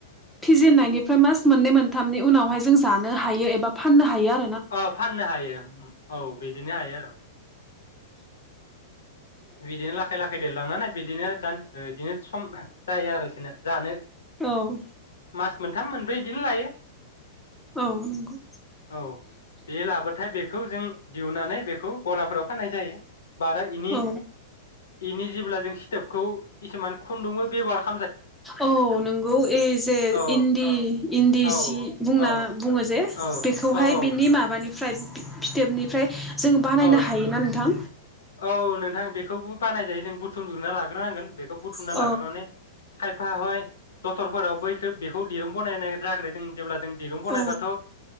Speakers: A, in the centre; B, on the left (about 85°).
A: फिजेनन्नायनिफ्राय मास मोननै मोनथामनि उनावहाय जों जानो हायो एबा फाननो हायो आ
B: अ फाननो हायो औ बिदिनो हायो आरो बिदिनो लाखै लाखै देरलांनानै बिदिनो <unintelligible> बिदिनो सम जायो आरो बिदिनो जानो।
A: औ।
B: मास मोनथाम मोनब्रै बिदिनो लायो।
A: औ नंगौ
B: औ बे लाबोथाय बे बेखौ जों दिहुननानै बेखौ गलाफोराव फाननाय जायो बारा इनि
A: औ
B: इनि जेबोला जों सिथोबखौ खिसुमान खुन्दुंबो बेबवार खा
A: औ नोंगौ ओइ जे
B: औ
A: इन्दि इन्दि
B: औ
A: सि बुंना
B: औ
A: बुङो जे
B: औ
A: बेखौहाय
B: औ
A: बिनि माब बानिफ्राय फिथोबनिफ्राय जों बानायनो
B: औ औ
A: हायोना नोंथां?
B: औ नोंथां बेखौबो बानाय जायो जों बुथुम जुबना लाग्रोनांगोन बे खौ बुथुमना
A: औ
B: लाग्रोनानै खाय फा हय जथरफोराव बैखो बेखौ दिरुं बानायनाय जाग्रोदों जेब्ला जों दिरुं बनायबाथ
A: औ